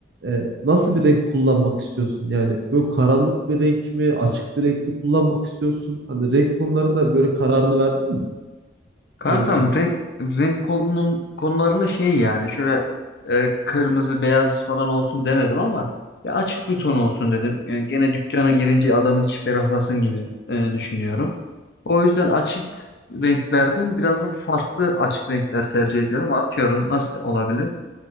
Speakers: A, on the right (about 65°); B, on the left (about 60°).
A: e, nasıl bir renk kullanmak istiyorsun? Yani böyle karanlık bir renk mi, açık bir renk mi kullanmak istiyorsun? Hani renk konularında böyle kararını verdin mi?
B: Kankam
A: Öyle sorayım.
B: renk, renk konunun, konularında şey yani şöyle e, kırmızı beyaz falan olsun demedim ama ya açık bir ton olsun dedim. E, gene dükkana girince adamın içi ferahlasın gibi e, düşünüyorum. O yüzden açık renklerden biraz da farklı açık renkler tercih ediyorum. Atıyorum nasıl olabilir?